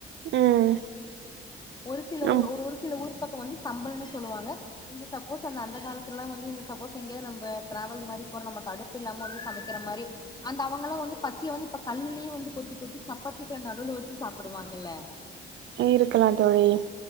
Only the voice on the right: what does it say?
ம்
ஆம்
இருக்கலா தோழி